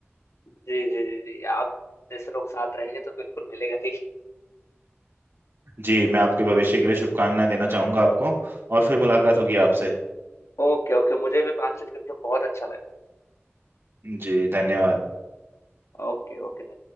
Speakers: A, on the left; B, on the right.
A: जी जी जी जी आप जैसे लोग साथ रहेंगे तो बिल्कुल मिलेगा ही
B: जी मैं आपके भविष्य के लिए शुभकामनाएं देना चाहूंगा आपको और फिर मुलाकात
A: <laughs>
B: होगी आपसे
A: ओके ओके मुझे भी बातचीत करके बहुत अच्छा लगा
B: जी धन्यवाद
A: Okay okay